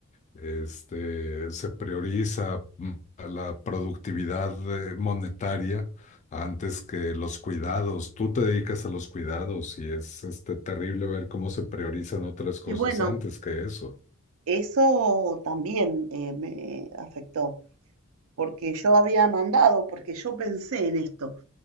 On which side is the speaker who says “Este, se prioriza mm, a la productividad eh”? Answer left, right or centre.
Left